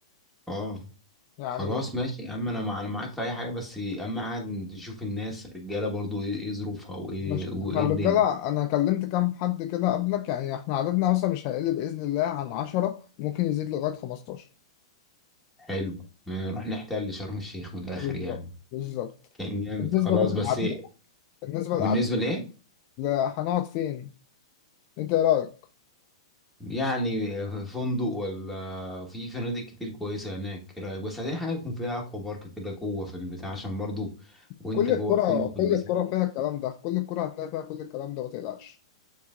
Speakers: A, in the centre; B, on the left.
A: آه
B: يعني
A: خلاص ماشي يا عم أنا مع... أنا معاك في أي حاجة بس أهم حاجة نشوف الناس الرجالة برضو إيه إيه ظروفها وإيه
B: مش
A: وإيه
B: احنا الرجاله
A: الدنيا
B: انا كلمت كام حد كده قبلك يعني احنا عددنا مثلا مش هيقل باذن الله عن 10 ممكن يزيد لغايه 15
A: حلو نروح نحتل شرم الشيخ من الآخر
B: بالظبط
A: يعني
B: بالظبط
A: كان جامد
B: بالنسبه
A: خلاص
B: بقى
A: بس
B: للعدد
A: إيه
B: بالنسبه للعدد
A: بالنسبة لإيه؟
B: لا، هنقعد فين انت ايه رايك
A: يعني فندق ولا في فنادق كتير كويسة هناك إيه رأيك؟ بس عايزين حاجة يكون فيها أكوا بارك كده جوه في البتاع عشان برضو وانت
B: كل
A: جوه
B: الكره
A: الفندق
B: كل
A: في البسين
B: الكره فيها الكلام ده كل الكره هتلاقي فيها كل الكلام ده ما تقلقش